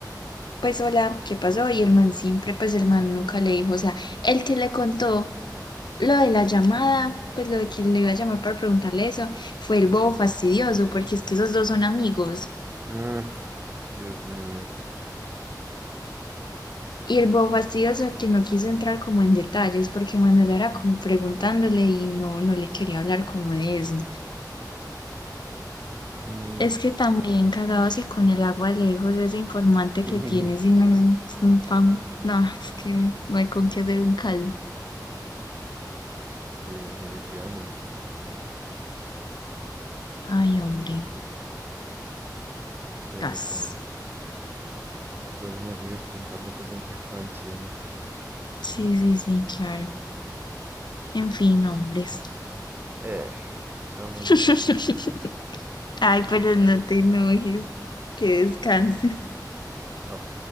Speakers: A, on the left (about 80°); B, on the right (about 25°).
A: pues hola, ¿qué pasó? Y el man siempre, pues el man nunca le dijo, o sea, el que le contó lo de la llamada, pues lo de que le iba a llamar para preguntarle eso, fue el bobo fastidioso, porque es que esos dos son amigos.
B: Mm, Dios mío.
A: Y el bobo fastidioso que no quiso entrar como en detalles, porque Manuel era como preguntándole y no, no le quería hablar como de eso.
B: mm.
A: Es que también cagado así con el agua lejos, ese informante
B: <laughs>
A: que tiene, sin un, un pan, no, es que no hay con qué hacer un caldo.
B: Sí, definitivamente.
A: Ay, hombre,
B: Pero
A: gas.
B: bueno, luego me sigues contando pues en qué acaba el chisme.
A: Sí, sí, sí, claro. En fin, hombres.
B: Eh, chao más
A: <laughs>
B: bien.
A: Ay, pero no te enojes, que descanses.
B: Chao.